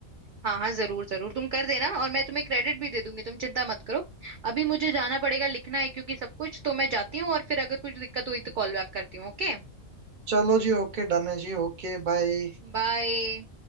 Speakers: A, on the right; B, on the right.
A: हाँ हाँ जरूर जरूर तुम कर देना और मैं तुम्हें क्रेडिट भी दे दूंगी तुम चिंता मत करो अभी मुझे जाना पड़ेगा लिखना है क्योंकि सब कुछ तो मैं जाती हूँ और फिर अगर कुछ दिक्कत हुई तो कॉल बैक करती हूँ ओके
B: चलो जी ओके डन है जी ओके बाय
A: बाय